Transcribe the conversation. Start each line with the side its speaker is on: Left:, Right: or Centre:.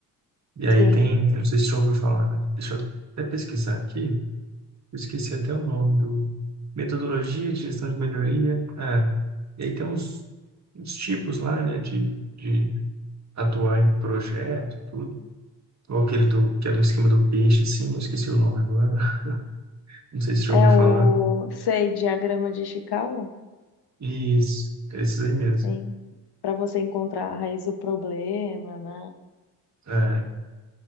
Right: E aí
Left: Sim.
Right: tem, eu não sei se você já ouviu falar, né? Deixa eu até pesquisar aqui. eu esqueci até o nome do. Metodologia de gestão de melhoria. Ah, e aí tem uns, uns tipos lá, né, de, de atuar em projeto, tudo. Ou aquele do, que é do esquema do peixe, assim, eu esqueci o nome agora. <laughs> Não sei se já
Left: É
Right: ouviu falar.
Left: o, sei, diagrama de Ishikawa?
Right: Isso, esses aí mesmo.
Left: Sim. Para você encontrar a raiz do problema, né?
Right: É,